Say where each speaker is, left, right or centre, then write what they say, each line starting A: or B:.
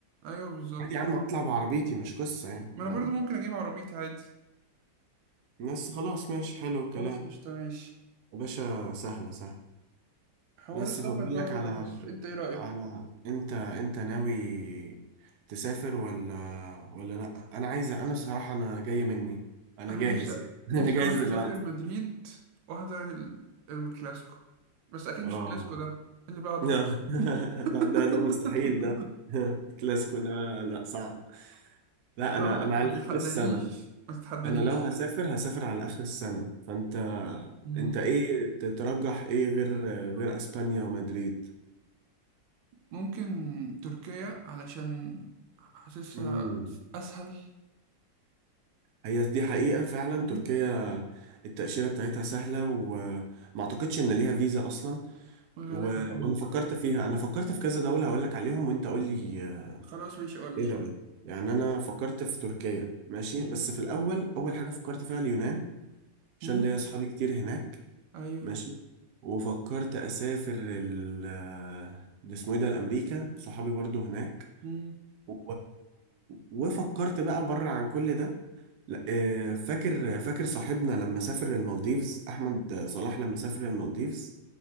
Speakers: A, on the right; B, on the right.
A: أيوه بالظبط
B: عادي يا عم اطلع بعربيتي مش قصة يعني
A: ما
B: فاهم
A: أنا برضو ممكن أجيب عربيتي عادي
B: بس خلاص ماشي حلو الكلام
A: خلاص قشطة ماشي
B: يا باشا سهلة سهلة
A: حوار
B: بس
A: السفر
B: فبقول
A: بقى
B: لك
A: بره
B: على
A: مصر أنت إيه رأيك؟
B: على انت انت ناوي تسافر ولا ولا لا انا عايزه انا صراحه انا جايه مني انا
A: أنا
B: جاهز
A: نفسي
B: يعني <laughs>
A: نفسي
B: انا جاهز
A: أوي أسافر
B: دلوقتي
A: مدريد وأحضر ال- الكلاسيكو بس أكيد
B: اه
A: مش الكلاسيكو ده اللي بعده
B: <laughs> لا
A: م-
B: لا،
A: <laughs>
B: ده ده مستحيل ده <laughs> الكلاسيكو ده لا صعب لا انا
A: لا ما
B: انا
A: ما
B: على
A: تتحدانيش
B: اخر السنه
A: ما تتحدانيش
B: انا لو هسافر هسافر على اخر السنه فانت
A: مم.
B: انت ايه تترجح ايه غير غير اسبانيا ومدريد
A: ممكن تركيا علشان حاسسها
B: امم
A: أسهل
B: هي دي حقيقة فعلا
A: مم.
B: تركيا التأشيرة بتاعتها سهلة وما اعتقدش ان ليها فيزا اصلا
A: غالبا
B: و...
A: آه.
B: وانا فكرت فيها انا فكرت في كذا دولة هقول لك عليهم وانت قول لي آه،
A: خلاص ماشي قول لي.
B: ايه رأيك يعني انا فكرت في تركيا ماشي
A: مم.
B: بس في الاول اول حاجة فكرت فيها اليونان عشان
A: مم.
B: ليا اصحابي كتير هناك
A: ايوه
B: ماشي وفكرت اسافر ال آه، ده اسمه ايه ده الامريكا صحابي برضو هناك
A: مم.
B: و... وفكرت بقى بره عن كل ده لا، آه، فاكر فاكر صاحبنا لما سافر المالديفز احمد صلاح لما سافر المالديفز